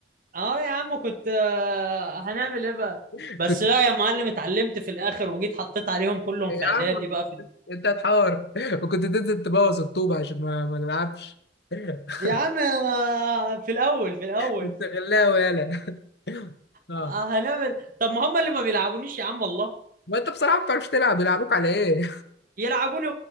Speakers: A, on the right (about 50°); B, on the left (about 60°).
A: اه يا عم كنت آه، هنعمل ايه بقى
B: <laughs>
A: بس
B: كنت
A: لا يا معلم اتعلمت في الاخر وجيت حطيت عليهم كلهم
B: يا
A: في اعدادي
B: عم
A: بقى في
B: انت هتحور وكنت تنزل تبوظ الطوبة عشان ما, ما نلعبش <laughs>
A: يا عم أنا في الاول في الاول
B: كنت غلاوي يالا <laughs> اه
A: آه، هنعمل إيه؟ طب ما هم اللي ما بيلعبونيش يا عم والله
B: ما انت بصراحة ما بتعرفش تلعب بيلعبوك على ايه
A: يلعبوني